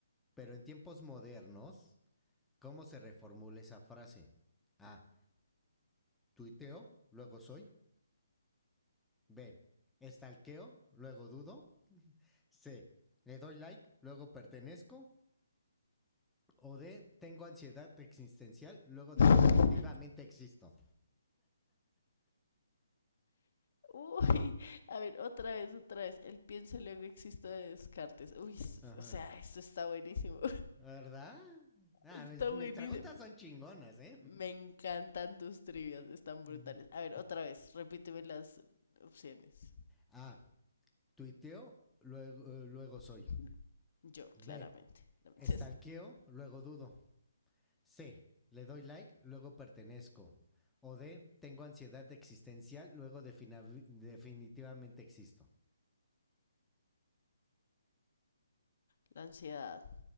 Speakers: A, in the centre; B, on the left.
A: Pero en tiempos modernos, ¿cómo se reformula esa frase? A. Tuiteo, luego soy. B. Estalqueo, luego dudo. C. Le doy like, luego pertenezco. O D. Tengo ansiedad existencial, luego definitivamente
B: <laughs>
A: existo.
B: Uy, a ver, otra vez, otra vez. El pienso luego existo de Descartes. Uy, s-
A: Ajá.
B: o sea, esto está buenísimo.
A: ¿Verdad?
B: <laughs>
A: Ah,
B: Está
A: mis, mis
B: buenísimo.
A: preguntas son chingonas, ¿eh?
B: Me encantan tus trivias, están brutales.
A: <laughs>
B: A ver, otra vez, repíteme las opciones.
A: A. Tuiteo, luego, eh, luego soy.
B: <laughs> Yo,
A: B.
B: claramente. No, mentiras.
A: Estalqueo, luego dudo. C. Le doy like, luego pertenezco. O D. Tengo ansiedad existencial, luego definitivamente existo.
B: La ansiedad.